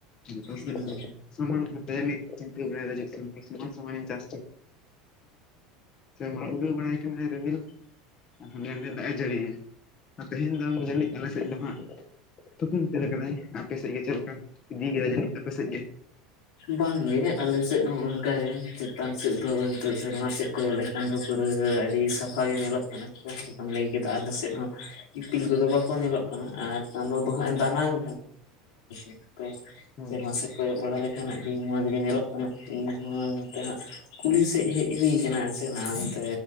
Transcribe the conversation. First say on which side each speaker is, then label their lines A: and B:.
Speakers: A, on the left; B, on the left.
A: ᱡᱚᱛᱚ
B: ᱦᱩᱸ
A: ᱥᱮ ᱥᱚᱢᱟᱱ ᱛᱮ ᱡᱮ ᱪᱤᱱᱛᱟ ᱵᱟᱲᱟᱭ ᱥᱚᱢᱟᱱ ᱥᱚᱢᱟᱱ ᱤᱧ ᱪᱟᱥ ᱵᱟᱲ ᱩᱰᱟᱹᱣ ᱵᱟᱲᱟᱭ ᱠᱟᱱᱟᱭ ᱨᱤᱢᱤᱞ ᱦᱟᱸᱰᱮ ᱱᱟᱰᱮ ᱫᱟᱜ ᱮ ᱡᱟᱹᱲᱤᱭᱫᱟ ᱟᱨ ᱛᱮᱦᱮᱧ ᱫᱚ ᱡᱟᱹᱱᱤᱡ ᱟᱞᱮ ᱥᱮᱫ ᱫᱚ ᱦᱟᱸᱜ ᱛᱷᱠᱩᱠ ᱩᱛᱟᱹᱨ ᱠᱟᱫᱟᱭᱧ ᱟᱯᱮᱮᱥᱮᱫ ᱜᱮ ᱪᱮᱫ ᱞᱮᱠᱟ ᱤᱫᱤ ᱠᱟᱫᱟᱭ ᱡᱟᱹᱱᱤᱡ ᱟᱯᱮ ᱥᱮᱫ ᱜᱮ ᱾
B: ᱵᱟᱝᱜᱮ ᱟᱞᱮ ᱥᱮᱫ ᱦᱚᱸ ᱚᱱᱠᱟᱜᱮ ᱪᱮᱛᱟᱱ ᱥᱮᱫ ᱫᱚ ᱱᱤᱛᱚᱜ ᱥᱮᱨᱢᱟ ᱥᱮᱫ ᱠᱚᱭᱚᱜ ᱪᱟᱸᱫᱳ ᱯᱩᱨᱟᱹ ᱟᱹᱰᱤ ᱥᱟᱯᱷᱟ ᱜᱮ ᱧᱮᱞᱚᱜ ᱠᱟᱱᱟ ᱡᱟᱦᱟᱸ ᱞᱮᱠᱟᱢ ᱞᱟᱹᱭ ᱠᱮᱫᱟ ᱟᱞᱮ ᱥᱮᱫ ᱦᱚᱸ ᱤᱯᱤᱞ ᱠᱚᱫᱚ ᱵᱟᱠᱚ ᱧᱮᱞᱚᱜ ᱠᱟᱱᱟ ᱟᱨ ᱪᱟᱸᱫᱳ ᱫᱚ ᱦᱟᱸᱜ ᱫᱟᱱᱟᱝ <inaudible>
A: ᱦᱩᱸ
B: ᱥᱮᱨᱢᱟ ᱥᱮᱫ ᱠᱚᱭᱚᱜ ᱵᱟᱲᱟ ᱩᱱᱟᱹᱜ ᱜᱮ ᱢᱚᱸᱡᱽ ᱜᱮ ᱧᱮᱞᱚᱜ ᱠᱟᱱᱟ ᱤᱧᱦᱚᱸ ᱱᱚᱛᱮ ᱦᱟᱸᱜ ᱠᱩᱞᱤ ᱥᱮᱫ ᱦᱮᱡ ᱦᱩᱭ ᱟᱠᱟᱱᱟ ᱥᱮ ᱚᱱᱟ ᱚᱱᱛᱮ